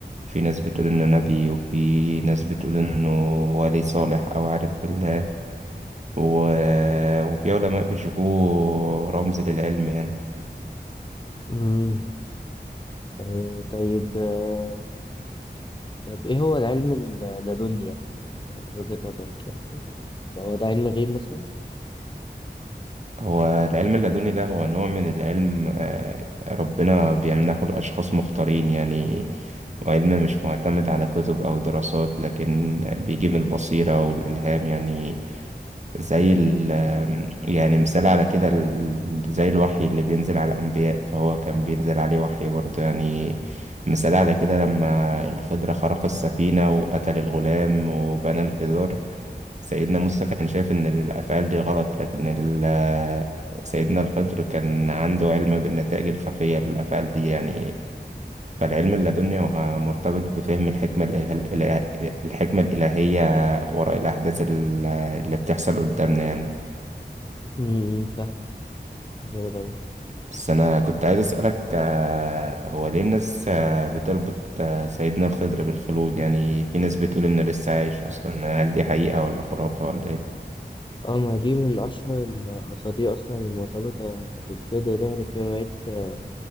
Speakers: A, on the right; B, on the left.
A: في ناس بتقول انه نبي وفي ناس بتقول انه ولي صالح او عارف بالله و... وفي علماء بيشوفوه رمز للعلم يعني
B: أمم آه طيب آه طب إيه هو العلم اللدني يعني يعني من وجهة نظرك يعني ده هو ده علم غيب مثلا؟
A: هو العلم اللدني ده هو نوع من العلم آه، ربنا بيمنحه لأشخاص مختارين يعني وعلم مش معتمد على كتب أو دراسات لكن بيجي من البصيرة والإلهام يعني زي ال يعني مثال على كده ال- زي الوحي اللي بينزل على الأنبياء فهو كان بينزل عليه وحي برضه يعني مثال على كده لما الخضر خرق السفينة وقتل الغلام وبنى الجدار سيدنا موسى كان شايف إن الأفعال دي غلط لكن ال- سيدنا الخضر كان عنده علم بالنتائج الخفية للأفعال دي يعني فالعلم اللدني هو مرتبط بفهم الحكمة الإله... الإله... الحكمة الإلهية وراء الأحداث ال- اللي بتحصل قدامنا يعني
B: أمم فاهمك جامد أوي
A: بس أنا كنت عايز أسألك آه، هو ليه الناس آه، بتربط آه، سيدنا الخضر بالخلود يعني في ناس بتقول إنه لسه عايش أصلا هل دي حقيقة ولا خرافة ولا إيه؟
B: اه ما دي من أشهر الأساطير أصلا المرتبطة بالخضر ده يعني في روايات آه،